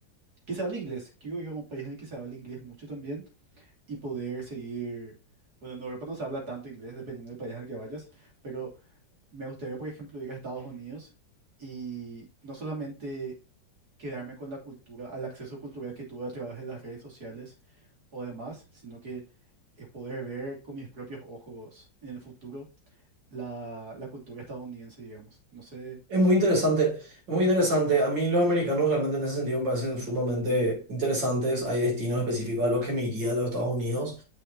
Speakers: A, on the right (about 55°); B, on the right (about 70°).
A: que se hable inglés. Quiero ir a un país en el que se hable inglés mucho también y poder seguir, bueno, en Europa no se habla tanto inglés dependiendo del país al que vayas, pero me gustaría, por ejemplo, ir a Estados Unidos y no solamente quedarme con la cultura, al acceso cultural que tuve a través de las redes sociales, o demás, sino que es poder ver con mis propios ojos en el futuro la, la cultura estadounidense, digamos. No sé,
B: Es muy interesante, es muy interesante. A mí los americanos realmente en ese sentido me parecen sumamente interesantes. Hay destinos específicos a los que me iría de los Estados Unidos.